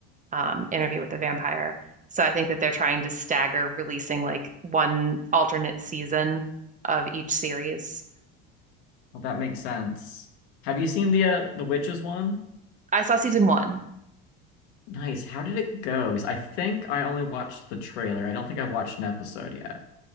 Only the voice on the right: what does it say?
um, Interview with the Vampire. So I think that they're trying to stagger releasing like one alternate season of each series.
I saw season one.